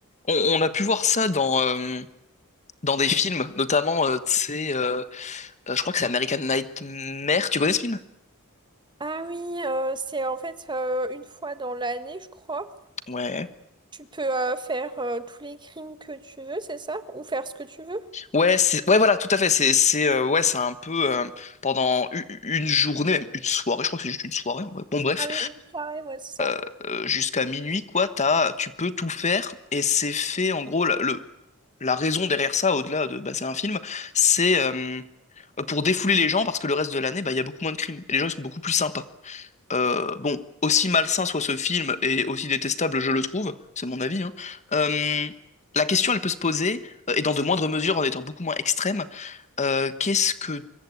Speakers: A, on the left; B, on the right.
A: On, on a pu voir ça dans, euh, dans des films, notamment, euh, tu sais, euh, euh, je crois que c'est American Nightmare. Tu connais ce film?
B: Ah oui, euh, c'est en fait euh, une fois dans l'année, je crois.
A: Ouais.
B: Tu peux euh, faire euh, tous les crimes que tu veux, c'est ça? Ou faire ce que tu veux?
A: Ouais, c'est, ouais, voilà, tout à fait. C'est, c'est, euh, ouais, c'est un peu euh, pendant u- u- une journée, même une soirée, je crois que c'est juste une soirée. en vrai. Bon, bref,
B: Ah oui, une soirée, ouais, c'est ça.
A: euh, euh, jusqu'à minuit, quoi, t'as, tu peux tout faire et c'est fait, en gros, la, le, la raison derrière ça, au-delà de, bah, c'est un film, c'est euh, pour défouler les gens parce que le reste de l'année, bah, il y a beaucoup moins de crimes et les gens, ils sont beaucoup plus sympas. Euh, bon, aussi malsain soit ce film et aussi détestable je le trouve, c'est mon avis, hein, euh, la question elle peut se poser, euh, et dans de moindres mesures en étant beaucoup moins extrême, euh, qu'est-ce que